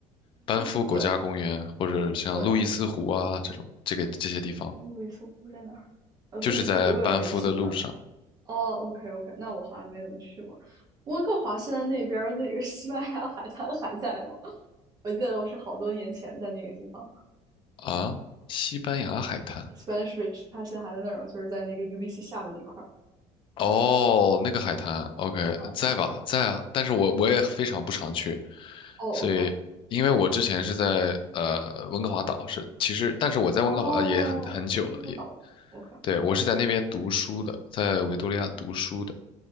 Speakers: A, on the left; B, on the right.
A: 班夫国家公园或者像路易斯湖啊这种，
B: 嗯，对对。
A: 这个这些地方，
B: 路易斯湖在哪儿？呃，路易斯湖有点没印象。
A: 就是在班夫的路上
B: 哦，OK OK，那我好像没怎么去过。温哥华现在那边儿那个西班牙海滩还在吗？<laughs> 我记得我是好多年前在那个地方
A: 啊。西班牙海滩，
B: ，Spanish Beach，它现在还在那儿吗？就是在那个 UBC 下面那块儿。
A: 哦，那个海滩，OK，
B: 哦，
A: 在吧，在啊。但是我我也非常不常去，
B: 哦，OK，
A: 所以因为我之前是在呃温哥华岛，是其实，但是我在温哥华呃也很很久了，
B: 哦，它个岛，OK，
A: 也对，我是在那边读书的，在维多利亚读书的。